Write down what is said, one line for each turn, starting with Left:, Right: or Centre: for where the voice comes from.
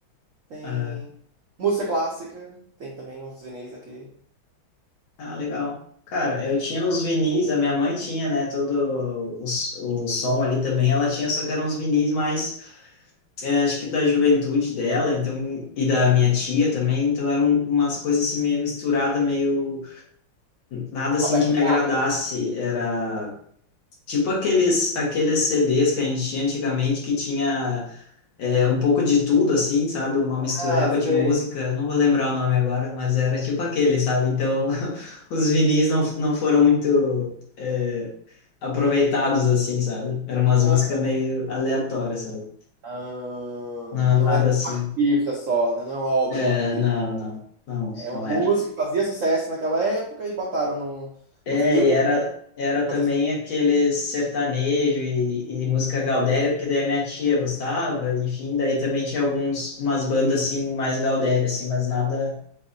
Right: tem
Left: Ah,
Right: música clássica, tem também uns vinis aqui.
Left: ah, legal. Cara,
Right: né?
Left: eu tinha nos vinis, a minha mãe tinha, né? Todo o, o som ali também, ela tinha, só que eram uns vinis mais é, acho que da juventude dela, então, e da minha tia também, então eram umas coisas assim meio misturada, meio nada assim
Right: Roberto
Left: que me agradasse,
Right: Carlos.
Left: era tipo aqueles aqueles CDs que a gente tinha antigamente que tinha é, um pouco de tudo assim, sabe, uma mistureba
Right: Ah,
Left: de
Right: sei.
Left: música, não vou lembrar o nome agora, mas era tipo aquele, sabe? Então, <laughs> os vinis não não foram muito é, aproveitados assim, sabe? Eram umas
Right: Aham.
Left: músicas meio aleatórias, sabe?
Right: Ah,
Left: Não,
Right: não
Left: nada
Right: era de
Left: assim
Right: um artista só, né? Não é uma obra
Left: É,
Right: de um artista.
Left: não, não, não,
Right: É
Left: não
Right: uma música
Left: era.
Right: que fazia sucesso naquela época e botaram no,
Left: É,
Right: no vinil
Left: e
Right: com
Left: era, era também
Right: fazia
Left: aquele sertanejo e, e música gaudéria, porque daí a minha tia gostava, enfim, daí também tinha alguns, umas bandas assim, mais gaudéria, assim, mas nada,